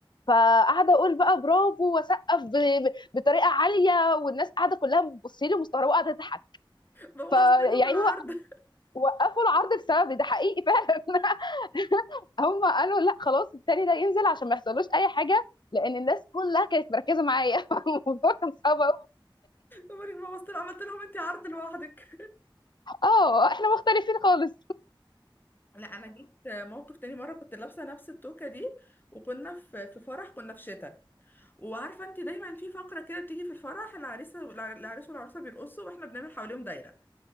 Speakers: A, on the left; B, on the left.
A: فقاعده اقول بقى برافو واسقف ب... ب- بطريقه عاليه والناس قاعده كلها بتبص لي مستغربه وقاعده تضحك
B: بوظت
A: فيعني
B: لهم العرض
A: وقفوا العرض بسببي ده حقيقي فعلا <laughs> هم قالوا لا خلاص التاني ده ينزل عشان ما يحصلوش اي حاجه لان الناس كلها كانت مركزه معايا <laughs> الموضوع كان صعب قوي
B: عمرك ما بصت عملت لهم انت عرض لوحدك
A: اه احنا مختلفين خالص
B: <laughs> لا انا جيت موقف تاني مره كنت لابسه نفس التوكه دي وكنا في في فرح كنا في شتاء وعارفه انت دايما في فقره كده بتيجي في الفرح العريسه والع- العريس والعروسه بيرقصوا واحنا بنعمل حواليهم دايره